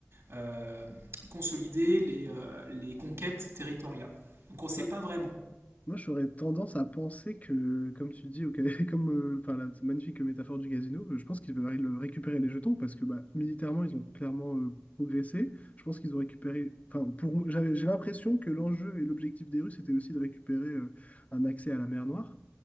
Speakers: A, on the right; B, on the left.
A: euh, consolider les, euh, les conquêtes territoriales. Donc on ne sait
B: Mhm.
A: pas vraiment.
B: Moi, j'aurais tendance à penser que, comme tu dis, ok, <laughs> comme, euh, enfin, la cette magnifique métaphore du casino, euh, je pense qu'ils veulent le- récupérer les jetons parce que bah, militairement, ils ont clairement euh, progressé. Je pense qu'ils ont récupéré. Enfin, pour, moi, j'avais, j'ai l'impression que l'enjeu et l'objectif des Russes était aussi de récupérer euh, un accès à la mer Noire.